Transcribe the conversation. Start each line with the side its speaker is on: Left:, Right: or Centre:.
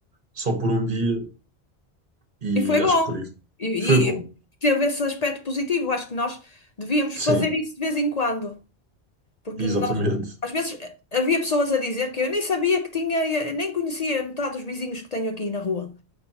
Right: só por um dia, e
Left: E foi bom.
Right: acho que por isso
Left: E,
Right: foi bom.
Left: e teve esse aspecto positivo. Acho que nós devíamos
Right: Sim,
Left: fazer isso de vez em quando. Porque
Right: exatamente.
Left: nós, às vezes, eh, havia pessoas a dizer que eu nem sabia que tinha, eu nem conhecia metade dos vizinhos que tenho aqui na rua.